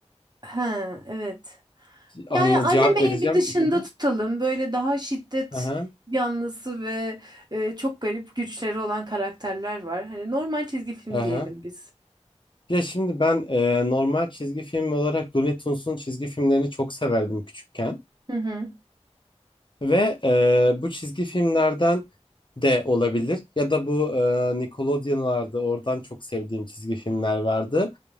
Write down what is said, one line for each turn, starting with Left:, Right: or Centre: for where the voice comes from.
Right: He, evet. Yani
Left: Anla
Right: animeyi
Left: cevap vereceğim.
Right: bir dışında
Left: Hı hı.
Right: tutalım. Böyle daha şiddet
Left: Aha,
Right: yanlısı ve e, çok garip güçleri olan karakterler var. Hani normal çizgi film
Left: aha.
Right: diyelim biz.
Left: Ya şimdi ben e, normal çizgi film olarak Looney Tunes'un çizgi filmlerini çok severdim küçükken.
Right: Hı hı.
Left: Ve e, bu çizgi filmlerden de olabilir ya da bu e, Nickelodeon vardı oradan çok sevdiğim çizgi filmler vardı.